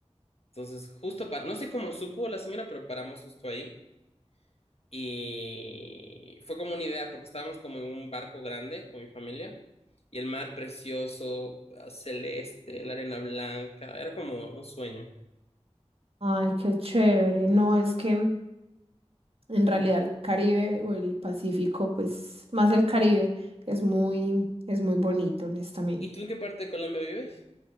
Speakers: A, on the left (about 60°); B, on the right (about 55°).
A: Entonces, justo para, no sé cómo supo la señora, pero paramos justo ahí y fue como una idea porque estábamos como en un barco grande con mi familia. Y el mar precioso, celeste, la arena blanca, era como un sueño.
B: Ay, qué chévere. No, es que en realidad el Caribe o el Pacífico, pues más el Caribe, es muy, es muy bonito, honestamente.
A: ¿Y tú en qué parte de Colombia vives?